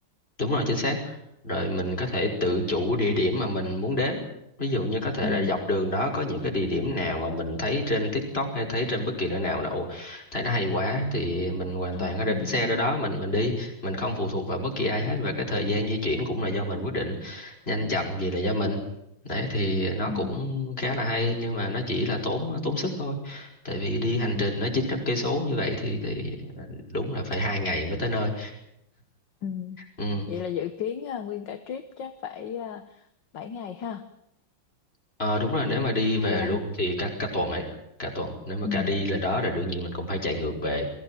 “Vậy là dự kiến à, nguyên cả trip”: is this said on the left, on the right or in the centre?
Left